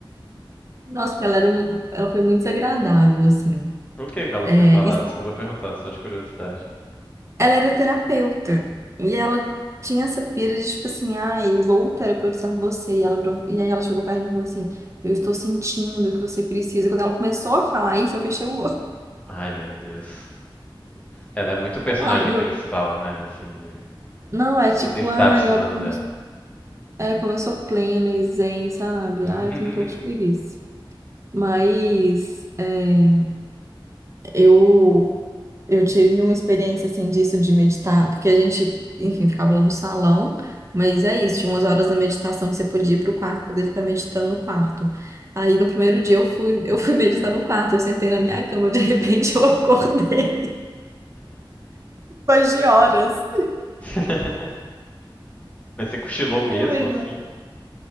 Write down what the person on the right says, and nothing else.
Nossa, porque ela era, um- ela foi muito desagradável, assim.
É,
e
ela era terapeuta. E ela tinha essa pira de, tipo assim, ai, vou terapeutizar você. E ela virou- e aí ela chegou perto de mim e falou assim, eu estou sentindo que você precisa. Quando ela começou a falar isso, eu fechei o olho. <laughs>
Ah, e
eu,
não, é tipo,
ai,
olha como
eu, é, como eu sou plena e zen, sabe?
Ah, eu tenho um pouco de preguiça. Mas, é. Eu, eu tive uma experiência assim disso de meditar, porque a gente, enfim, ficava lá no salão, mas é isso, tinha umas horas da meditação que você podia ir pro quarto, poder ficar meditando no quarto. Aí no primeiro dia eu fui, eu fui <laughs> meditar no quarto, eu sentei na minha cama, de repente eu acordei <laughs> depois de horas.
Aí Eu falei,
não,